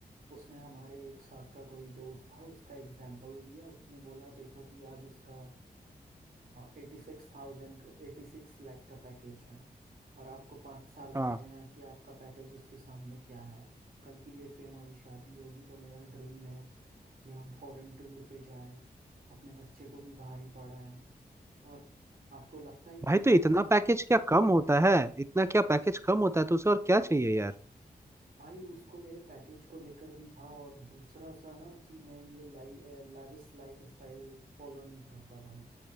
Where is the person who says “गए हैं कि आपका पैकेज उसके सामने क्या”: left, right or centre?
Right